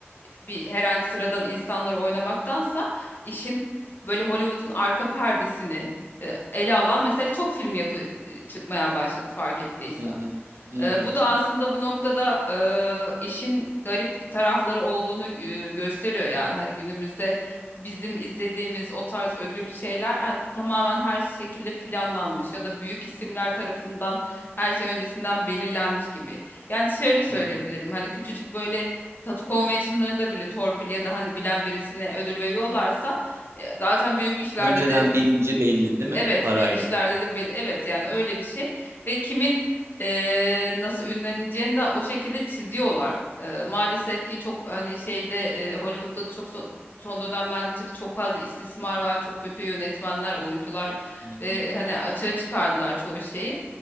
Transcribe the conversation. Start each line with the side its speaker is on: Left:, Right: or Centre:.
Left: bir herhangi sıradan insanları oynamaktansa işin böyle Hollywood'un arka perdesini e, ele alan mesela çok film yapı e, çıkmaya başladı fark ettiysen.
Right: Hı hı, hı
Left: Ee,
Right: hı,
Left: bu da aslında bu noktada e, işin garip tarafları olduğunu e, gösteriyor yani hani günümüzde bizim izlediğimiz o tarz ödül şeyler hani tamamen her şekilde planlanmış ya da büyük isimler tarafından her şey öncesinden belirlenmiş gibi. Yani şöyle söyleyebilirim
Right: hı hı.
Left: hani küçücük böyle tatu konvensiyonlarında bile torpil ya da hani bilen birisine ödül veriyorlarsa e, zaten büyük işlerde
Right: Önceden
Left: de
Right: birinci belli değil mi?
Left: Evet
Right: Parayla.
Left: büyük işlerde de bel- evet yani öyle bir şey ve kimin eee, nasıl ünleneceğini de o şekilde çiziyorlar. Eee, maalesef ki çok hani şeyde eee, Hollywood'da da çok son, son dönemlerde çık çok fazla istismar var, çok kötü yönetmenler, oyuncular
Right: Hı
Left: ve
Right: hı.
Left: hani açığa çıkardılar çoğu şeyi.